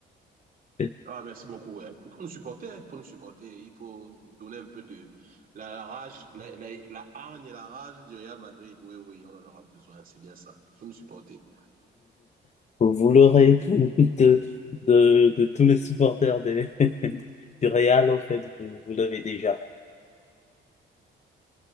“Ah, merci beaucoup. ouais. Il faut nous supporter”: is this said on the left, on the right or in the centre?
Right